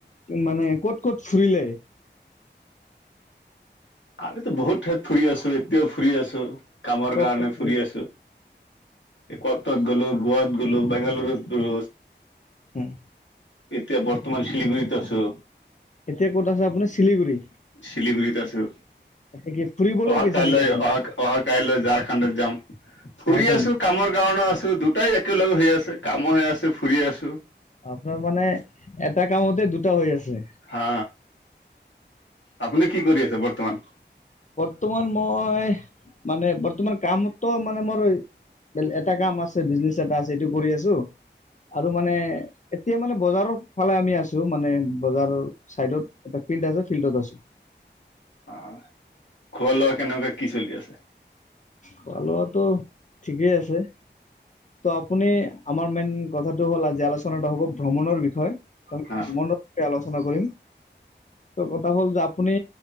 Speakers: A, on the left (about 40°); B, on the left (about 80°).
A: মানে ক'ত ক'ত ফুৰিলে?
B: আমিতো বহুত ঠাইত ফুৰি আছো এতিয়াও ফুৰি আছো। কামৰ
A: ক'ত
B: কাৰণে
A: ক'ত ফুৰিলে
B: ফুৰি আছো, এ কত কত গলো গোৱাত গো বেংগালুৰু গ
A: উম।
B: এতিয়া বৰ্তমান শিলিগুড়ীত আছো।
A: এতিয়া ক'ত আছে আপুনি চিলিগুৰি?
B: শিলিগুৰিত আছো।
A: এতিয়া কি ফুৰিবলৈ
B: অহা
A: গৈছে
B: কাইল
A: নেকি
B: অ-অহা
A: আপুনি
B: কাইল ঝাৰখণ্ড যাম। ফুৰি
A: ঝাৰখণ্ড
B: আছো কামৰ কাৰণে আছো দুটাই একেলগে সেই আছে কামো সে আছো ফুৰি আছো।
A: ধৰ মানে এটা কামতে দুটা হৈ আছে।
B: হা, আপুনি কি কৰি আছে বৰ্তমান?
A: বৰ্তমান মই মানে বৰ্তমান কামতো মানে মোৰ এটা কাম আছে বিজনেচ এটা আছে এইটো কৰি আছো। আৰু মানে এতিয়া মানে বজাৰৰ ফালে আমি আছো, মানে বজাৰৰ চাইডত এটা ফিল্ড আছে, ফিল্ডত আছো।
B: অ', খোৱা লোৱা কেনেকুৱা কি চলি আছে?
A: খোৱালোৱাটো ঠিকেই আছে। ত আপুনি আমাৰ মেইন কথাটো হ'ল আজি আলোচনাটা হব ভ্ৰমণৰ বিষয়ি,
B: হা
A: ভ্ৰমণৰ আলোচনা কৰিম। কথা হ'ল যে আপুনি